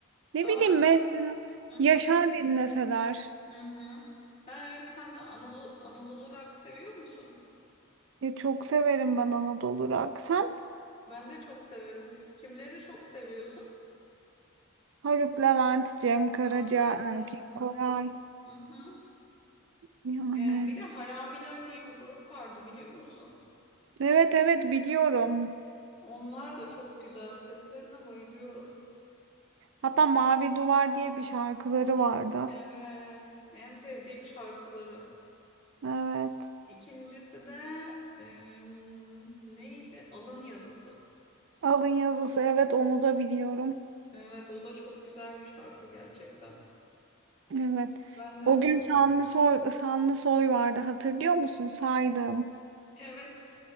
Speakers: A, on the right (about 65°); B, on the left (about 35°).
A: Ne
B: Aa,
A: bileyim mesela
B: Hı hı.
A: Yaşar dinleseler.
B: Hı hı. ha evet sen de Anadolu, Anadolu rock seviyor musun?
A: Ya çok severim ben Anadolu rock. Sen
B: Ben de çok severim. Kimleri çok seviyorsun?
A: Haluk Levent, Cem Karaca,
B: Aa, ben
A: Erkin
B: de çok severim.
A: Koray.
B: Hı hı.
A: Yani
B: Ee, bir de Haramiler diye bir grup vardı biliyor musun?
A: evet evet biliyorum.
B: Onlar da çok güzel. Seslerine bayılıyorum.
A: Hatta Mavi Duvar diye bir şarkıları vardı.
B: Evet, en sevdiğim şarkıları.
A: Evet.
B: İkincisi de em, neydi? Alın Yazısı.
A: Alın yazısı evet onu da biliyorum.
B: Evet o da çok güzel bir şarkı gerçekten.
A: Evet.
B: Ben de
A: O
B: çok
A: gün Şanlısoy,
B: severim.
A: Şanlısoy vardı hatırlıyor musun? Saydım.
B: Evet